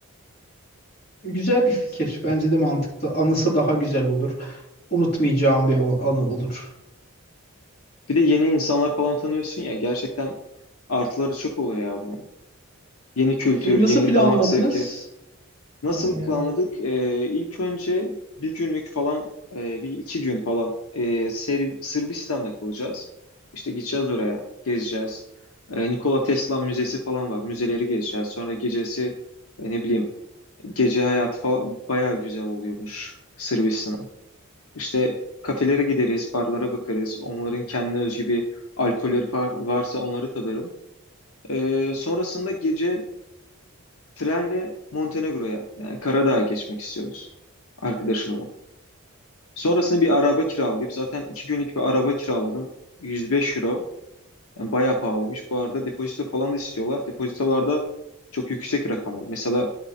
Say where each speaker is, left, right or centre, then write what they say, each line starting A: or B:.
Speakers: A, on the left; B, on the left.
A: Güzel bir fikir. Bence de mantıklı. Anısı daha güzel olur. Unutmayacağım bir o- anı olur.
B: Bir de yeni insanlar falan tanıyorsun ya, gerçekten artıları çok oluyor ya bunun. Yeni kültür,
A: E, nasıl
B: yeni
A: planladınız?
B: damak zevki. Nasıl
A: Aynen.
B: planladık? Ee, ilk önce bir günlük falan, e, bir iki gün falan e, Ser- Sırbistan'da kalacağız. İşte gideceğiz oraya, gezeceğiz. E, Nikola Tesla Müzesi falan var. Müzeleri gezeceğiz. Sonra gecesi e, ne bileyim gece hayatı falan bayağı güzel oluyormuş Sırbistan'ın. İşte kafelere gideriz, barlara bakarız. Onların kendine özgü bir alkolleri fa- varsa onları tadarım. E, sonrasında gece Trenle Montenegro'ya yani Karadağ'a geçmek istiyoruz arkadaşımla. Sonrasında bir araba kiralayıp zaten iki günlük bir araba kiraladım. 105 euro. Yani bayağı pahalıymış. Bu arada depozito falan da istiyorlar. Depozitolarda çok yüksek rakamlar. Mesela